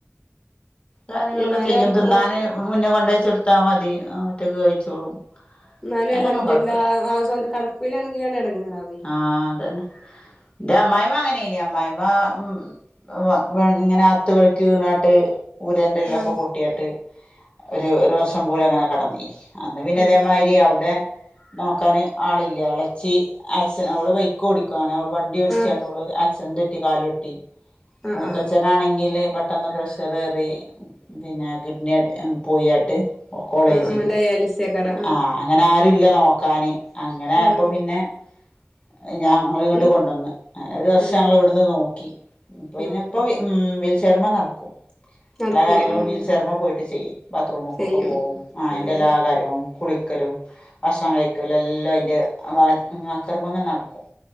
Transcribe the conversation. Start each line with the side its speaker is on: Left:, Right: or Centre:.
Left: കാര്യങ്ങളൊക്കെ
Centre: എന്നാലും
Left: ചെയ്യും. തിന്നാന്
Centre: ഓ
Left: മുന്ന് കൊണ്ടോയ്ച്ചെടുത്താ മതി. ആഹ് ഒറ്റക്ക് കഴിച്ചോളും.
Centre: ഇന്നാലും
Left: അയിനൊന്നും
Centre: അൽഅംദുര്ല്ല
Left: കൊഴപ്പല്ല
Centre: ആ ആ സ്വന്ത് കെടപ്പിലാണെങ്കിലാണ് എടങ്ങേറാ വ്വെ.
Left: ആഹ് അതന്നെ. ഇന്റെ അമ്മായിമ്മ അങ്ങനേന്യം. അമ്മായിമ ഉം ഹ്‌വ വീണ് ഇങ്ങനെ അകത്ത് വെഴ്ക്കി വീണാട്ട്. ഊരന്റെ എല്ലൊക്കെ
Centre: ആഹ്
Left: പൊട്ട്യാട്ട് ഒരു ഒരു വർഷം പോലെ അങ്ങനെ കെടന്നീനി. അന്ന് പിന്നെ
Centre: ആഹ്
Left: ഇതേമാരി. ടി ഔടെ നോക്കാന് ആളില്ല. എളച്ചി ആക്സ് ഓൾ പൊയ് ക്ക് ഓടിക്കും. അങ്ങനെ ഓൾ വണ്ടി ഇടിച്ചാണ്ട്
Centre: ആഹ്
Left: ഓള് ആക്സിഡന്ററ്റി കാലൊട്ടി
Centre: ആഹ്
Left: മൂത്തച്ചൻ
Centre: ആഹ്
Left: --. നാണെങ്കില് പെട്ടെന്ന് പ്രഷറേറി പിന്നെ കിഡ്നി അട് പോയ്യാട്ട്. ഓ കോളേജില്.
Centre: ആഹ് ആഹ് ഡയാലിസേക്കാരം
Left: ആഹ്. അങ്ങനെ ആരു ഇല്ല നോക്കാന്. അങ്ങനെ ആയപ്പം
Centre: ആഹ്
Left: പിന്നെ. ഹ് ഞങ്ങള് ഇങ്ങട്ട്
Centre: ഈ
Left: കൊണ്ടന്ന്. അങ്ങനെ ഒരു വർഷം
Centre: ഏഹ്
Left: ഞങ്ങള് ഇവട്ന്ന് നോക്കി. പിന്നെ
Centre: ആഹ്
Left: ഇപ്പ വി ഉം. വിശർമ്മ നടക്കും.
Centre: നടക്കും
Left: എല്ലാ കാര്യങ്ങളും
Centre: ആഹ്
Left: വീൽ ചയർമ്മ പോയിട്ട് ചെയ്യും. ബാത്റൂമ്ക്കൊക്കെ
Centre: ചെയ്യും
Left: പോവും. ആ അയ്ന്റെ
Centre: ആഹ്
Left: എല്ലാ കാര് <unintelligible> കുളിക്കലും ഭക്ഷണം, കയ്ക്കലും, എല്ലം അയ്ന്റെ വ ഹ്മ് വാക്കർമ്മങ്ങള് നടക്കും.